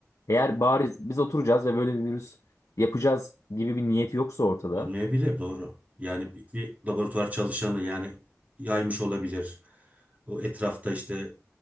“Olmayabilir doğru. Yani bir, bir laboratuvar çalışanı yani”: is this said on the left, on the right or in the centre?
Right